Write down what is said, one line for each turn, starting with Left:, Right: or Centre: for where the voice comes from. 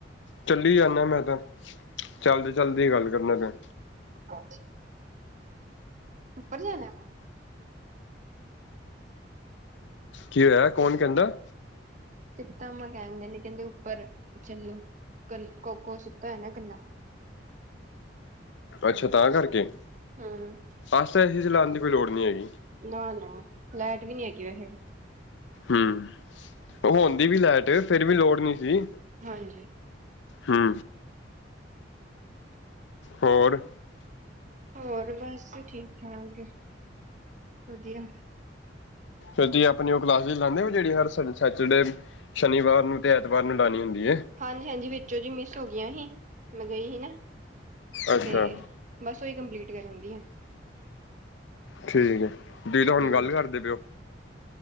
Left: ਚੱਲੀ ਜਾਂਦਾ ਮੈਂ ਤਾਂ, ਚੱਲਦੇ ਚੱਲਦੇ ਗੱਲ ਕਰਨਾ ਪੈ
Right: ਅਛਾ। ਉੱਪਰ ਜਾਣਾ
Left: ਕੀ ਹੋਇਆ ਕੌਣ ਕਹਿੰਦਾ?
Right: ਤੇਤਾਮਾ ਕਹਿਗੇ ਨੇ ਕਹਿੰਦੇ ਉੱਪਰ ਚੱਲੂ ਕੋਕੋ ਸੁੱਕਤਾ ਹੈ ਨਾ ਇਕੱਲਾ।
Left: ਅੱਛਾ ਤਾਂ ਕਰਕੇ?
Right: ਹਮ
Left: ਅਸ ਤਾਂ ਏ ਸੀ ਚਲਾਉਣ ਦੀ ਕੋਈ ਲੋੜ ਨਹੀਂ ਹੈਗੀ।
Right: ਨਾ ਨਾ ਲੈਟ ਵੀ ਨੀ ਹੈਗੀ ਵੈਹੇ।
Left: ਹਮ, ਉਹ ਹੁੰਦੀ ਵੀ ਲਾਈਟ ਫੇਰ ਵੀ ਲੋੜ ਨੀ ਸੀ।
Right: ਹਾਂਜੀ।
Left: ਹਮ। ਹੋਰ।
Right: ਹੋਰ ਬਸ ਠੀਕ-ਠਾਕ ਵਧੀਆ।
Left: <inaudible> ਆਪਣੀ ਉਹ ਕਲਾਸ ਲਾਉਂਦੇ ਹੋ? ਜਿਹੜੀ ਉਹ ਹਰ ਸੈਚਰਡੇ ਸ਼ਨੀਵਾਰ ਨੂੰ ਤੇ ਐਤਵਾਰ ਨੂੰ ਲਾਉਣੀ ਹੁੰਦੀ ਹੈ।
Right: ਹਾਂਜੀ-ਹਾਂਜੀ ਵਿੱਚੋ ਜੀ ਮਿਸ ਹੋ ਗਈਆਂ ਸੀ, ਮੈਂ ਗਈ ਸੀ ਨਾ
Left: ਅੱਛਾ
Right: ਤੇ ਬਸ ਉਹੀ ਕੰਪਲੀਟ ਕਰਨ ਦੀ ਆ।
Left: ਠੀਕ ਜਿਹਤੋਂ ਹੁਣ
Right: ਹਮ
Left: ਗੱਲ ਕਰਦੇ ਪਏ ਹੋ?